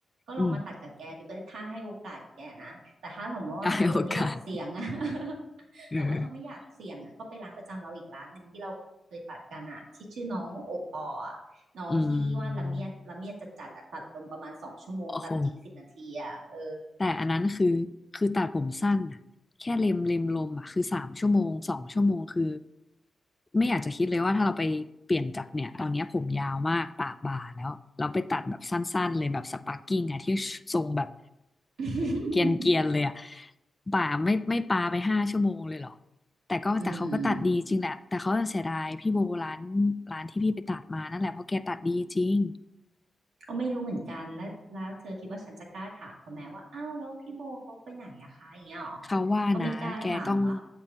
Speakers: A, on the right; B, on the left.
A: ก็ลองมาตัดกับแกดูก็ได้ถ้าให้โอกาสแกนะแต่ถ้าสมมติว่าแบบเออไม่อยากเสี่ยงอ่ะ
B: อืม ได้โอกาส
A: <laughs>
B: เออ
A: แต่ว่าถ้าไม่อยากเสี่ยงอ่ะก็ไปร้านประจำเราอีกร้านหนึ่งที่เราเคยตัดกันอ่ะที่ชื่อน้องโอปอล์อะน้องที่ว่าละเมียดละเมียดจดจัดอะตัดลมประมาณสองชั่วโมงตัดจริงสิบนาทีอ่ะเออ
B: อืมโอ้โหแต่อันนั้นคือ คือตัดผมสั้นอ่ะแค่เล็มเล็มลมอ่ะคือสามชั่วโมงสองชั่วโมงคือไม่อยากจะคิดเลยว่าถ้าเราไปเปลี่ยนจากเนี่ยตอนเนี้ยผมยาวมากปากบ่าแล้วเราไปตัดแบบสั้นๆเลยแบบสปาร์กิ้งอ่ะที่ทรงแบบ
A: <laughs>
B: เกรียนเกียนเลยอ่ะบ่าไม่ไม่ปาไปห้าชั่วโมงเลยเหรอแต่ก็แต่เขาก็ตัดดีจริงแหละแต่เขาจะเสียดายพี่โบร้าน
A: อืม
B: ร้านที่พี่ไปตัดมานั่นแหละเพราะแกตัดดีจริง
A: ก็ไม่รู้เหมือนกันแล้วแล้วเธอคิดว่าฉันจะกล้าถามเขาไหมว่าอ้าวแล้วพี่โบเขาไปไหนอะคะอย่างเงี้ยหรอ
B: เขาว่านะแกต้อง
A: ก็ไม่กล้าถามปะ